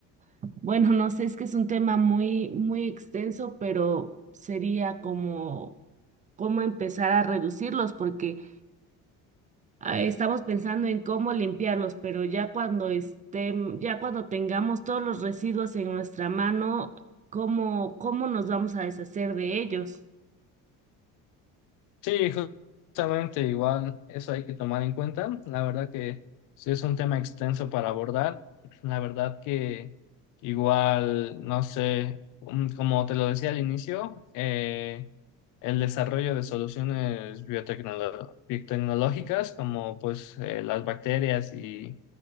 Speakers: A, on the right (about 25°); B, on the left (about 65°).
A: bueno, no sé, es que es un tema muy, muy extenso, pero sería como cómo empezar a reducirlos, porque ah, estamos pensando en cómo limpiarlos, pero ya cuando estén, ya cuando tengamos todos los residuos en nuestra mano, ¿cómo, cómo nos vamos a deshacer de ellos?
B: Sí, justamente igual eso hay que tomar en cuenta. La verdad que sí es un tema extenso para abordar. La verdad que igual, no sé, mm, como te lo decía al inicio, eh, el desarrollo de soluciones biotecnolo- biotecnológicas como pues eh, las bacterias y,